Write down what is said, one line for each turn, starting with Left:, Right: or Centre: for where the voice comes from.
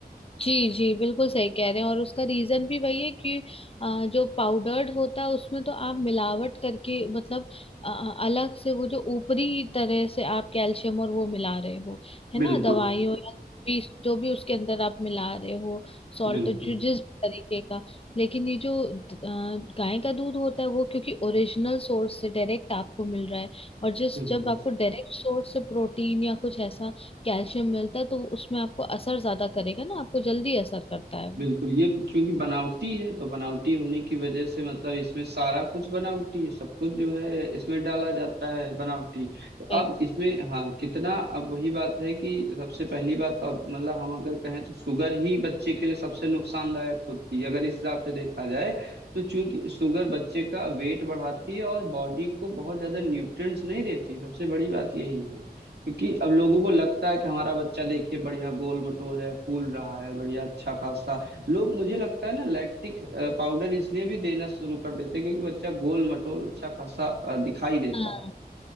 Left: जी जी बिल्कुल सही कह रहे हैं और उसका रीजन भी वही है कि अ, जो पाउडर्ड होता है उसमें तो आप मिलावट करके मतलब अ, अलग से वो जो ऊपरी तरह से आप कैल्शियम और वो मिला रहे हो है ना
Right: बिल्कुल
Left: दवाइयों या भी जो भी उसके अंदर आप मिला रहे हो सॉल्ट
Right: बिल्कुल
Left: जो जिस तरीके का लेकिन ये जो द- अ, गाय का दूध होता है वो क्योंकि ओरिजिनल सोर्स से डायरेक्ट आपको मिल रहा है और जिस
Right: बिल्कुल
Left: जब आपको डायरेक्ट सोर्स से प्रोटीन या कुछ ऐसा कैल्शियम मिलता है तो उसमें आपको असर ज्यादा करेगा ना आपको जल्दी असर करता है वो
Right: बिल्कुल ये क्योंकि बनावटी है तो बनावटी होने की वजह से मतलब इसमें सारा कुछ बनावटी है सब कुछ जो है इसमें डाला जाता है बनावटी तो
Left: भाई
Right: अब इसमें हाँ कितना अब वही बात है कि सबसे पहली बात तो अब मतलब हम अगर कहें तो शुगर ही बच्चे के लिए सबसे नुकसानदायक होती है अगर इस हिसाब से देखा जाए तो चूंकि शुगर बच्चे का वेट बढ़ाती है और बॉडी को बहुत ज्यादा न्यूट्रिएंट्स नहीं देती सबसे बड़ी बात यही है क्योंकि अब लोगों को लगता है कि हमारा बच्चा देखिए बढ़िया गोल मटोल है फूल रहा है बढ़िया अच्छा खासा लोग मुझे लगता है ना लैक्टिक पाउडर इसलिए भी देना शुरू कर देते हैं क्योंकि बच्चा गोल मटोल अच्छा खासा अ, दिखाई देता
Left: हाँ
Right: है